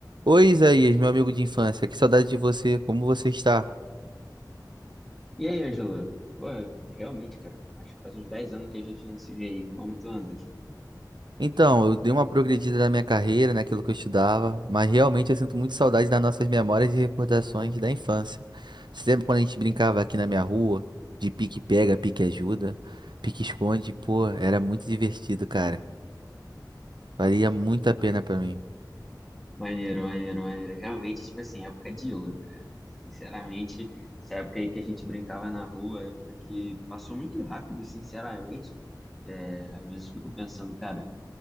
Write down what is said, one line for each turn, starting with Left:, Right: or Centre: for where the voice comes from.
Right: Oi, Isaías, meu amigo de infância, que saudade de você, como você está?
Centre: E aí, Angela? Pô, realmente, cara, acho que faz uns 10 anos que a gente não se vê aí. Como tu anda?
Right: Então, eu dei uma progredida na minha carreira, naquilo que eu estudava, mas realmente eu sinto muito saudade das nossas memórias e recordações da infância. Você lembra quando a gente brincava aqui na minha rua, de pique-pega, pique-ajuda, pique-esconde? Pô, era muito divertido, cara. Valia muito a pena
Centre: Mane-
Right: pra mim.
Centre: Maneiro, maneiro, maneiro. Realmente, tipo assim, época de ouro, cara. Sinceramente, essa época aí que a gente brincava na rua, época que passou muito rápido, sinceramente. É, às vezes fico pensando, cara,